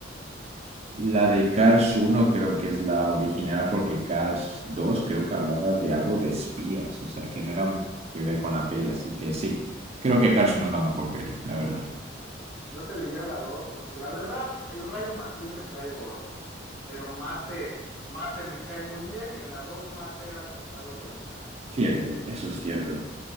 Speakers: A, on the right; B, on the left.
A: La de Cars uno creo que es la original porque Cars dos creo que hablaba de algo de espías, o sea, que no era
B: Sí.
A: que ver con la peli, así que sí, creo que Cars uno es la mejor peli, la verdad.
B: Bueno, yo te diría la 2 porque la verdad, el Rayo McQueen me cae gordo, pero Mate, Mate me cae muy bien y en la 2 Mate era el protagonista.
A: Cierto, eso es cierto.